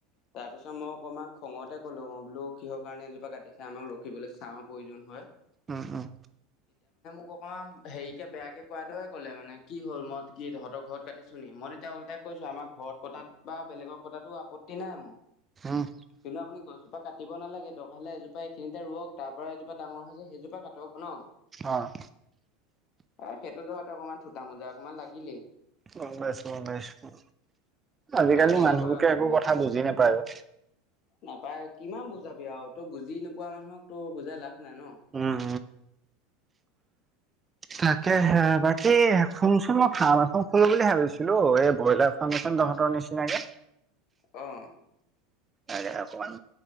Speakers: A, on the left (about 50°); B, on the right (about 20°).
A: তাৰ পিছত মই অকমান খঙতে কলো মই বোলো কিহৰ কাৰণে এজোপা কাটিছে আমাক ৰখিবলৈ চাৰ প্ৰয়োজন হয়।
B: উম, উম।
A: <unintelligible> অকণমান হেৰিকে বেয়া কে কোৱাৰ দৰে ক'লে মানে কি হল মই কি তহঁতৰ ঘৰত কাটিছো নি মই তেতিয়া ওলটাই কৈছো আমাৰ ঘৰত কটাত বা বেলেগৰ কটাতো আপত্তি নাই মোৰ
B: উম,
A: কিন্তু আপুনি গছজোপা কাটি কাটিব নালাগে দৰকাৰ হলে এজোপা এইখিনিতে ৰোৱক তাৰ পৰা এজোপা ডাঙৰ হৈছে সেইজোপা কাটক। ন
B: অ',
A: এ সেইটো জহতে অকমান থোটা মোজা অকমান লাগিলেই
B: গম পাইছোঁ গম পাইছোঁ। আজিকালি
A: মানে তেনেকুৱা
B: মানুহবোৰে
A: হৈছে
B: একো কথা বুজি নাপায় ও।
A: পাই কিমান বুজাবি আৰু তই বুজি নোপোৱা মানুহক তো বুজাই লাভ নাই ন।
B: উম, তাকে হে বাকী শুনচোন মই ফাৰ্ম এখন খোলো বুলি ভাবিছিলো এই ব্ৰইলাৰ ফাৰ্ম এখন তহঁতৰ নিচিনাকে
A: অ',।
B: আ অকমান